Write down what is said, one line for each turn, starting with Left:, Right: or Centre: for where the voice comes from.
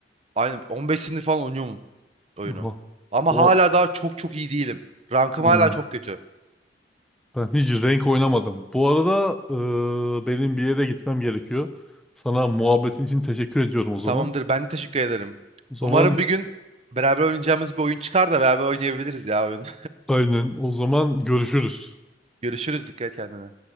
Right: Aynen 15 senedir falan oynuyorum oyunu.
Centre: Oha.
Right: Ama
Centre: O
Right: hala daha çok çok iyi değilim. Rankım
Centre: hmm.
Right: hala çok kötü.
Centre: Ben hiç renk oynamadım. Bu arada eee, benim bir yere gitmem gerekiyor. Sana muhabbetin için teşekkür ediyorum o zaman.
Right: Tamamdır ben de teşekkür ederim.
Centre: O zaman
Right: Umarım bir gün beraber oynayacağımız bir oyun çıkar da beraber oynayabiliriz ya oyun.
Centre: aynen. O zaman görüşürüz.
Right: <laughs> Görüşürüz dikkat et kendine.